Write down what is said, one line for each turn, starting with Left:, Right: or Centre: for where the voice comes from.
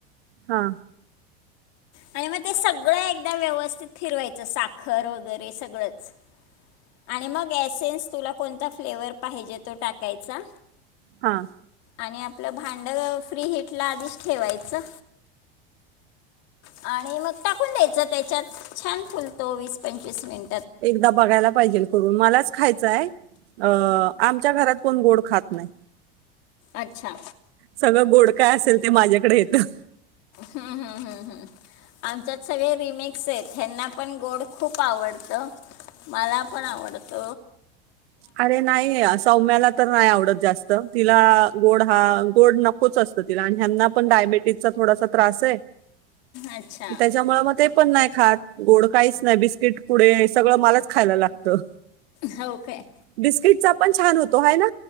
Right: हा.
Left: आणि म ते सगळं एकदमचं व्यवस्थित फिरवायचं, साखर वगैरे सगळंच आणि मग एसेन्स तुला कोणता फ्लेवर पाहिजे तो टाकायचा.
Right: हा. ‌
Left: आणि आपलं भांड फ्री हिटला आधीच ठेवायचं. आणि मग टाकून द्यायचं त्याच्यात छान फुलतो वीस पंचवीस मिन
Right: एकदा बघायला पाहिजेल करून मलाच खायचाय आअ आमच्या घरात कोण गोड खात नाय.
Left: अच्छा
Right: सगळं गोड काय असेल ते माझ्याकड येतं.
Left: हूं हूं हूं हूं आमच्यात सगळे रिमिक्स येत त्यांना पण गोड खूप आवडत. मला पण आवडत.
Right: अरे नाही सौम्याला तर नाही आवडत जास् त तिला गोड हा गोड नकोच असत तिला आणि हयांना पण डायबेटीजचा थोडासा. त्रास ये,
Left: अच्छा
Right: त्याच्यामुळे म ते पण नाय खात. गोड काहीच नाय बिस्किट पुडे सगळं मलाच खायला लागतं.
Left: हो काय?
Right: बिस्किटचा पण छान होतो हाय ना.